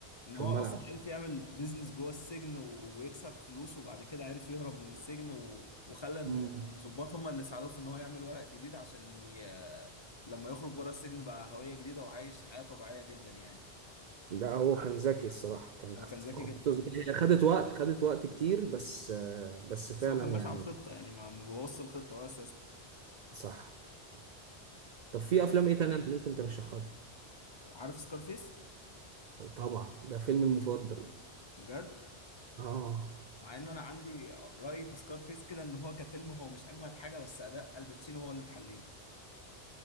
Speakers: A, on the left; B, on the right.
A: ان
B: في
A: هو
B: الملعب
A: اصلا عرف يعمل بيزنس جوه السجن و- ويكسب فلوس وبعد كده عرف يهرب من السجن و... وخلى ال-
B: مم.
A: الضباط هم اللي ساعدوه في ان هو يعمل ورق جديد عشان ي... لما يخرج بره السجن بقى هوية جديدة وعايش حياة طبيعية جدا يعني
B: ده هو كان ذكي الصراحة كانت
A: هو كان ذكي
B: في خطته
A: جدا
B: ذكية هي خدت وقت خدت وقت كتير بس آه، بس
A: بس
B: فعلا
A: هو كان ماشي
B: يعني
A: على الخطة يعني ما ما بوظش الخطة ولا استسلم
B: صح صح طب في
A: طب
B: أفلام إيه تانية أنت ممكن ترشحها لي؟
A: عارف سكارفيس
B: طبعا ده فيلمي المفضل
A: بجد
B: آه
A: مع ان انا عندي رأي في سكارفيس كده ان هو كفيلم هو مش اجمد حاجة بس اداء الباتشينو هو اللي محليه